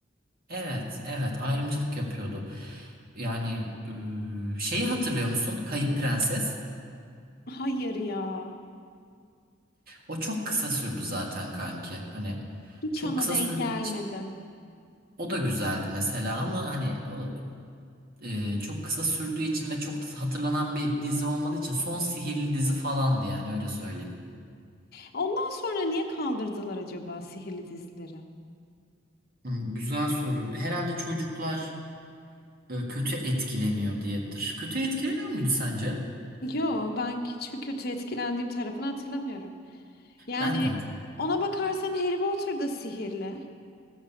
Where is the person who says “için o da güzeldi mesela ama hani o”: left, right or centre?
Right